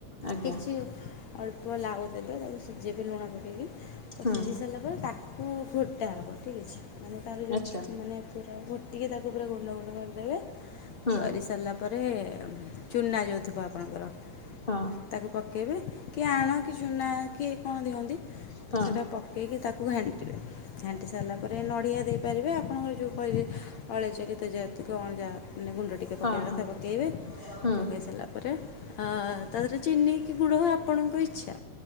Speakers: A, on the left; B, on the left.
A: ଆଜ୍ଞା
B: କିଛି ଅଳ୍ପ ଲାଉ ଦେବେ ତାକୁ ସିଝେଇବେ ଲୁଣ ପକେଇକି ତ
A: ହୁଁ
B: ସିଝି ସାରିଲା ତାକୁ ଫୁଟା ହବ ଠିକ୍ ଅଛି। ମାନେ ତାର ଯଉ
A: ଆଚ୍ଛା
B: ମାନେ ପୁରା ଘୋଟିକି ତାକୁ ପୁରା ଗୁଣ୍ଡ ଗୁଣ୍ଡ କରିଦେବେ
A: ହୁଁ
B: କରି ସାରିଲା ପରେ ଚୁନା ଯଉ ଥିବ ଆପଣଙ୍କର
A: ହଁ।
B: ତାକୁ ପକେଇବେ କି ଆଣ କି ଚୁନା କିଏ କଣ ଦିଅନ୍ତି ତ
A: ହଁ
B: ସେଇଟା ପ ପକେଇକି ତାକୁ ଘାଣ୍ଟିବେ। ଘାଣ୍ଟି ସାରିଲା ପରେ ନଡିଆ ଦେଇପାରିବେ ଆପଣଙ୍କର ଯୁ କହିଲି ଅଳେଇଚ କି ତେଜରାତି କି ଅଦା ମାନେ ଗୁଣ୍ଡ ଟିକେ ପକେଇବା
A: ହଁ
B: କଥା
A: ହଁ
B: ପକାଇବେ
A: ହଁ
B: ପକାଇ ସାରିଲା ପରେ ଆ ତାଧିରେ ଚିିନିକି ଗୁଡ ଆପଣଙ୍କ ଇଚ୍ଛା।